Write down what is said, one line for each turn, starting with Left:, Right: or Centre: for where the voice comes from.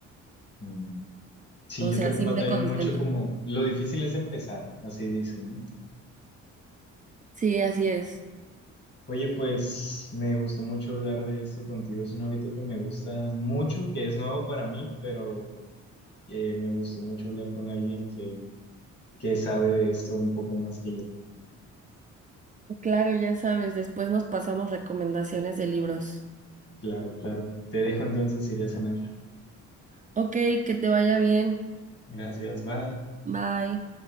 Left: mm. Sí,
Right: O
Left: yo
Right: sea,
Left: también
Right: sí
Left: batallo
Right: me concentro.
Left: mucho como lo difícil es empezar, así dicen, ¿no?
Right: Sí, así es.
Left: Oye, pues me gustó mucho hablar de esto contigo. Es un hábito que me gusta mucho, que es nuevo para mí, pero eh, me gustó mucho hablar con alguien que, que sabe de esto un poco más que yo.
Right: Claro, ya sabes, después nos pasamos recomendaciones de libros.
Left: Claro, claro. Te dejo entonces, iré a cenar.
Right: Ok, que te vaya bien.
Left: Gracias, bye.
Right: Bye.